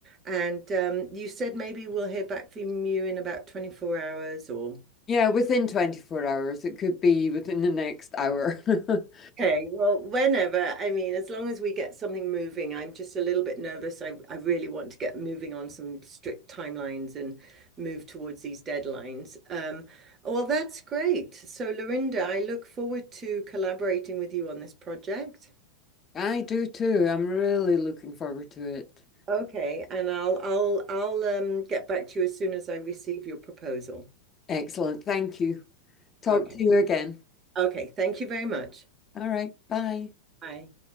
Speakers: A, on the right; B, on the left.
A: And um, you said maybe we'll hear back from you in about 24 hours or
B: Yeah, within 24 hours. It could be within the next hour. <laughs>
A: Okay, well, whenever, I mean, as long as we get something moving, I'm just a little bit nervous. I, I really want to get moving on some strict timelines and move towards these deadlines. Um, oh, well, that's great. So, Lorinda, I look forward to collaborating with you on this project.
B: I do too. I'm really looking forward to it.
A: Okay, and I'll I'll I'll um, get back to you as soon as I receive your proposal.
B: Excellent. Thank you. Talk
A: Okay.
B: to you again.
A: Okay, thank you very much.
B: All right. Bye.
A: Bye.